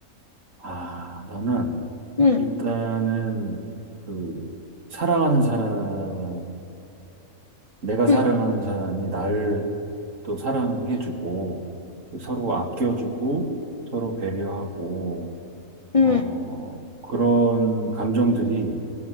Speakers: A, on the right; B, on the left.
A: 아, 나는
B: 응,
A: 일단은 그 사랑하는 사람이 내가 사랑하는
B: 응,
A: 사람이 나를 또 사랑해주고 서로 아껴주고 서로 배려하고
B: 응.
A: 어 그런 감정들이